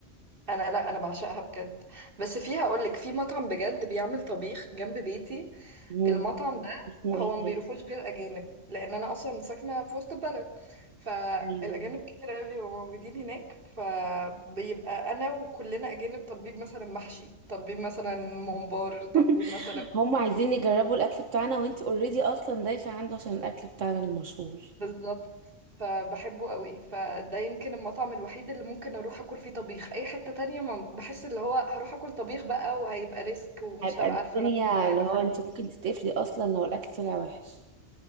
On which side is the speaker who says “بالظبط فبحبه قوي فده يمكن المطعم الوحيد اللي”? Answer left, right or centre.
Right